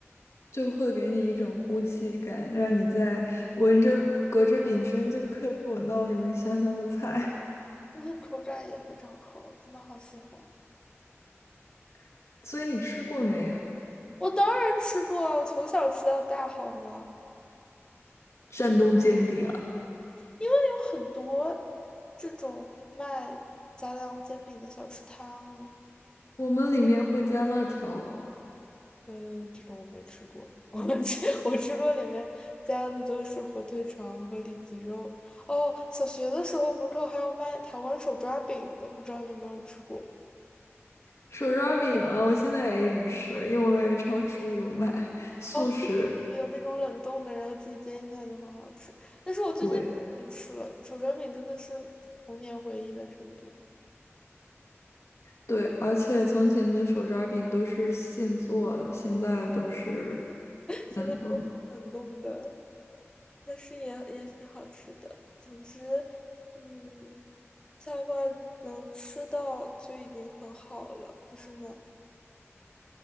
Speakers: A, on the left; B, on the left.
A: 就会给你一种呼吸感，让你在闻着隔着饼身就可以闻到里面香香的菜。
B: 那些口感也非常好，真的好喜欢。
A: <laughs> 所以你吃过没有？
B: 我当然吃过啊，我从小吃到大，好吗？
A: 山东煎饼啊，
B: 因为有很多这种卖杂粮煎饼的小吃摊啊
A: 我们里面会加辣条。
B: 嗯，这种我没吃过。<laughs> 我吃我吃过里面加的都是火腿肠和里脊肉。哦，小学的时候门口还有卖台湾手抓饼的，不知道你有没有吃过？
A: 手抓饼啊，我现在也一直吃，因为超市里有卖速食。
B: 哦。还有那种冷冻的，然后自己煎一下就很好吃。但是我最近不吃了，
A: 对
B: 手抓饼真的是童年回忆的程度，
A: 对，而且从前的手抓饼都是现做的，现在都是
B: 现在都是冷冻的，
A: 冷冻。
B: 但是也也挺好吃的。总之，嗯，在外能吃到就已经很好了，不是吗？